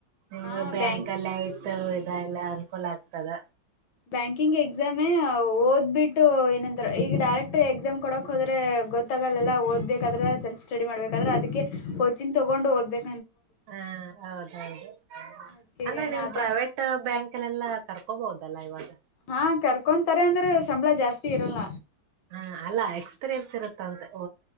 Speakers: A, on the right; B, on the left.
A: ನಿಮ್ಗೆ
B: ಹಾ
A: ಬ್ಯಾಂಕಲೖತು
B: ಬ್ಯಾಂಕ್
A: ಇದ ಎಲ್ಲ ಅನುಕೂಲ ಆಗ್ತದ.
B: ಬ್ಯಾಂಕಿಂಗ್ ಎಕ್ಸಾಮೇ ಓದ್ಬಿಟ್ಟು ಏನಂದ್ರ ಈಗ ಡೈರೆಕ್ಟ್ ಎಕ್ಸಾಮ್ ಕೊಡಕ್ ಹೋದ್ರೆ ಗೊತ್ತ್ ತಗಲ್ಲಲ್ಲ ಓದ್ಬೇಕಾದ್ರೆ ಸೆಲ್ಫ್ ಸ್ಟಡಿ ಮಾಡ್ಬೇಕಾದ್ರ ಅದಕ್ಕೆ ಕೋಚಿಂಗ್ ತಗೊಂಡು ಓದ್ಬೇಕ್.
A: ಹಾ ಹೌದೌದು
B: ಅದಕ್ಕೆ
A: ಅಲ್ಲ
B: ಏನ
A: ನಿಮ್
B: ಅದೇ
A: ಪ್ರೈವೇಟ್ ಬ್ಯಾಂಕಲೆಲ್ಲ ಕರ್ಕೋಬೋದು. ದೆಲ್ಲ ಈವಾಗ
B: ಹಾ ಕರ್ಕೊಂತಾರೆ ಅಂದ್ರ ಸಂಬಳ ಜಾಸ್ತಿ ಇರಲ್ಲ.
A: ಹಾ ಅಲ್ಲಾ ಎಕ್ಸ್ಪೀರಿಯನ್ಸ್ ಇರುತ್ತ ಅಂದೆ.